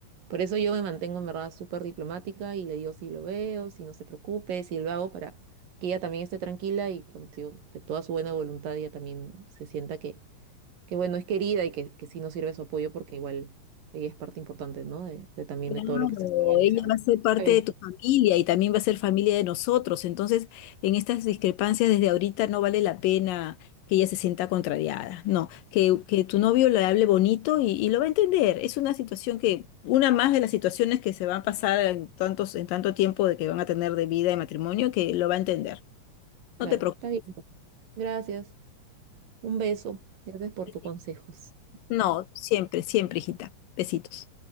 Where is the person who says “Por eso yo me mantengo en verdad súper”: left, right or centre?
Right